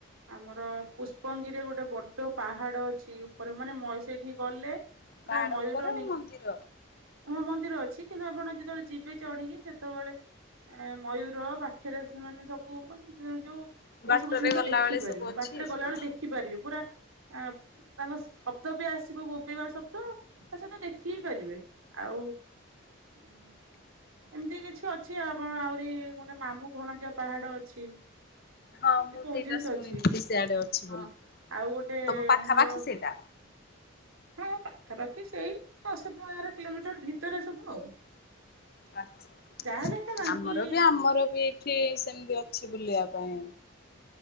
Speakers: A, on the right; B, on the left.
A: ଆମର ପୁଷ୍ପଙ୍ଗିରିରେ ଗୋଟେ ବଡ ପାହାଡ ଅଛି ଉପରେ ମାନେ ମଇ ସେଇଠିକି ଗଲେ ପୁରା
B: ପାହାଡ
A: ମୟୂର
B: ଉପରେ
A: ନି
B: ମନ୍ଦିର
A: ହଁ ମନ୍ଦିର ଅଛି। କିନ୍ତୁ ଆପଣ ଯେତେବେଳେ ଯିବେ ଚଢିକି ସେତେବେଳେ ଏ ମୟୂର ବା ଖରେ ସେମାନେ ସବୁ ମାନେ ଯୋଉ
B: ବାଟରେ
A: ଏଇ ସବୁ ଜିନିଷ
B: ଗଲାବେଳେ
A: ଦେଖି ପାରିବେ
B: ସବୁ ଅଛି
A: ବାଟରେ ଗଲାବେଳେ
B: ହଁ।
A: ଦେଖ ଖିପାରିବେ ପୁରା ଅ ତାଙ୍କ ଶବ୍ଦ ବି ଆସିବ ବୋବେଇବା ଶବ୍ଦ। ତା ସହିତ ଦେଖି ହି ପାରିବେ ଆଉ ଉଁ ଏମିତି କିଛି ଅଛି ଆମ ଆହୁରି ଗୋଟେ ମାମୁଁ ଭଣଜା ପାହାଡ଼ ଅଛି।
B: ହଁ
A: ଏମିତି
B: ମୁଁ
A: ବହୁତ
B: ସେଇଟା
A: ଜିନିଷ
B: ଶୁଣିଥିଲି
A: ଅଛି
B: ସିଆଡେ ଅଛି ବୋଲି
A: ହଁ ଆଉ ଗୋଟେ
B: ତମ ପାଖାପାଖି
A: ଆମର
B: ସେଇଟା?
A: ହଁ ପାଖାପାଖି ସେଇ ଦଶ ପନ୍ଦର କିଲୋମିଟର ଭିତରେ ସବୁ ଆଉ।
B: ଆଛା
A: ଯାହାହେଲେ ସେଇଟା ବାଙ୍କି
B: ଆମର ବି ଆମର ବି ଏଇଠି ସେମିତି ଅଛି ବୁଲିବା ପାଇଁ।